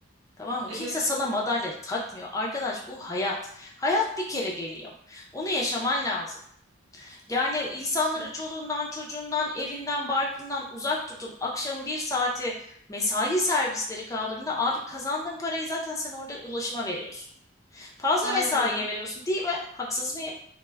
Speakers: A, on the left (about 15°); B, on the right (about 65°).
A: Tamam mı?
B: evet
A: Kimse sana madalya takmıyor. Arkadaş bu hayat. Hayat bir kere geliyor. Onu yaşaman lazım. Yani insanları
B: işte.
A: çoluğundan, çocuğundan, evinden, barkından uzak tutup akşam bir saati mesai servisleri kaldığında abi kazandığın parayı zaten sen orada ulaşıma veriyorsun. Fazla
B: Aynen
A: mesaiye
B: öyle.
A: veriyorsun değil mi? Haksız mıyım?